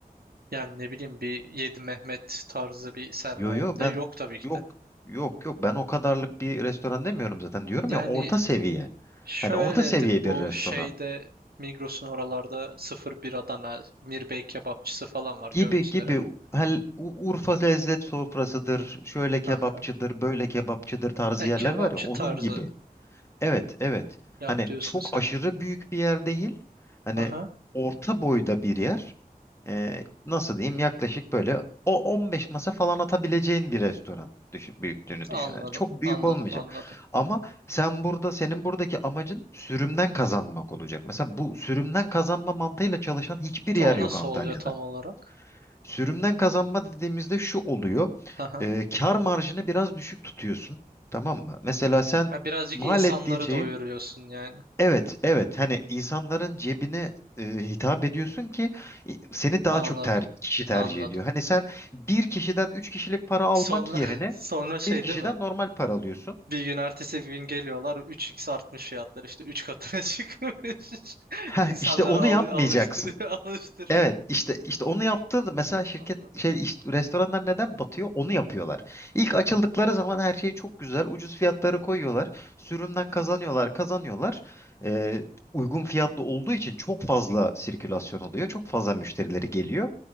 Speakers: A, on the right; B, on the left.
A: Yani ne bileyim bir Yedi Mehmet tarzı bir sermayem
B: yo yo
A: de
B: ben
A: yok tabii ki
B: yok
A: de.
B: yok yok ben o kadarlık bir restoran demiyorum zaten. Diyorum
A: Yani
B: ya orta seviye.
A: Şöyledir
B: Hani orta seviye bir
A: bu
B: restoran.
A: şeyde Migros'un oralarda sıfır bir Adana Mirbey kebapçısı falan var görmüşsündür
B: Gibi gibi
A: evet.
B: hel U- Urfa lezzet sofrasıdır, şöyle kebapçıdır,
A: Aha.
B: böyle kebapçıdır tarzı
A: Ha,
B: yerler
A: kebapçı
B: var ya onun
A: tarzı
B: gibi. Evet, evet.
A: yap
B: Hani
A: diyorsun
B: çok
A: sen.
B: aşırı büyük bir yer değil. Hani
A: Aha.
B: orta boyda bir yer. Ee, nasıl diyeyim? Yaklaşık böyle o 15 masa falan atabileceğin bir restoran düşün, büyüklüğünü
A: Anladım
B: düşün. Yani çok büyük
A: anladım
B: olmayacak.
A: anladım.
B: Ama sen burada senin buradaki amacın sürümden kazanmak olacak. Mesela bu sürümden kazanma mantığıyla çalışan hiçbir
A: Ta
B: yer
A: o
B: yok
A: nasıl
B: Antalya'da.
A: oluyor tam olarak?
B: Sürümden kazanma dediğimizde şu oluyor.
A: Aha.
B: E, kar marjını biraz düşük tutuyorsun. Tamam mı? Mesela sen
A: Ha, birazcık
B: mal
A: insanları
B: ettiğin şeyi
A: doyuruyorsun yani.
B: evet evet hani insanların cebine e, hitap ediyorsun ki e, seni daha
A: Anladım
B: çok ter, kişi tercih
A: anladım.
B: ediyor. Hani sen bir kişiden üç kişilik para almak
A: Sonra
B: yerine
A: <laughs> sonra şey
B: bir kişiden
A: değil mi?
B: normal para alıyorsun.
A: Bir gün ertesi gün geliyorlar üç x artmış fiyatlar işte 3 katına <laughs> çıkmış.
B: Heh,
A: İnsanları
B: işte onu
A: al
B: yapmayacaksın.
A: alıştırıyor <laughs> alıştırır.
B: Evet işte işte onu yaptığında mesela şirket
A: Anladım.
B: şey işte, restoranlar neden batıyor? Onu yapıyorlar. İlk açıldıkları zaman her şey çok güzel. Ucuz fiyatları koyuyorlar. Sürümden kazanıyorlar, kazanıyorlar. Ee, uygun fiyatlı olduğu için çok fazla sirkülasyon oluyor. Çok fazla müşterileri geliyor.